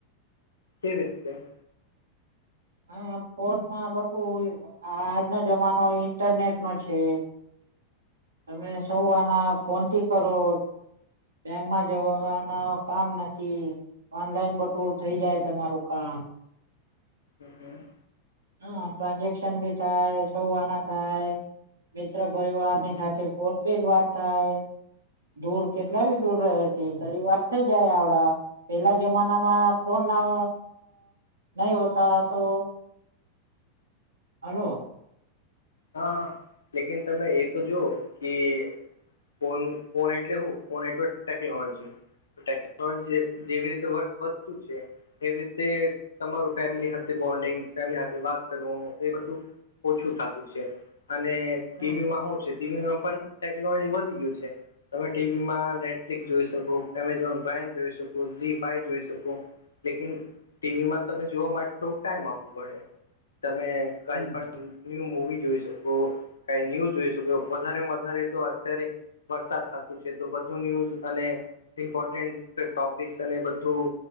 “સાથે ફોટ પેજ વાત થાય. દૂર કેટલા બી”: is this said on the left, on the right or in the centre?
Right